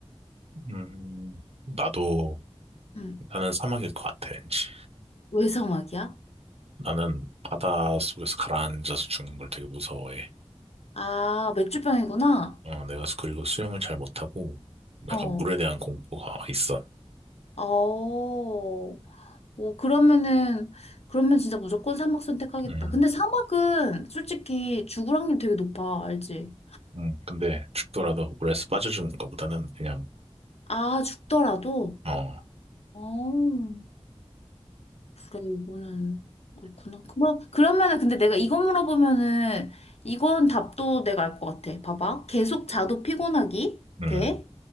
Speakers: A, on the right; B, on the left.
A: 음. 음, 나도
B: 응.
A: 나는 사막일 것 같아, 왠지.
B: 왜 사막이야?
A: 나는 바다 속에서 가라앉아서 죽는 걸 되게 무서워해.
B: 아, 맥주병이구나.
A: 어, 내가 수- 그리고 수영을 잘 못하고 약간
B: 어.
A: 물에 대한 공포가 있어.
B: 어. 뭐 그러면은 그러면 진짜 무조건 사막 선택하겠다.
A: 음,
B: 근데 사막은 솔직히 죽을 확률 되게 높아. 알지?
A: 음. 근데 죽더라도 물에서 빠져주는 것보다는 그냥
B: 아, 죽더라도?
A: 어,
B: 어. 그래, 이거는 그렇구나. 그럼, 그러면은 근데 내가 이거 물어보면은 이건 답도 내가 알 것 같아. 봐봐. 계속 자도 피곤하기
A: 음,
B: 대